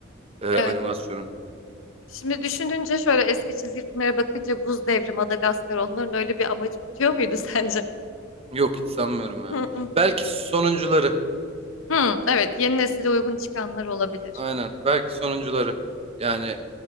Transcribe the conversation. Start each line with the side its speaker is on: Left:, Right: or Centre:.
Right: e, animasyonun.
Left: Evet. Şimdi düşününce şöyle eski çizgi filmlere bakınca Buz Devri, Madagaskar onların öyle bir amacı bitiyor muydu <laughs> sence?
Right: Yok hiç sanmıyorum ya.
Left: Hı hı.
Right: Belki sonuncuları.
Left: Hı, evet yeni nesile uygun çıkanlar olabilir.
Right: Aynen. Belki sonuncuları. Yani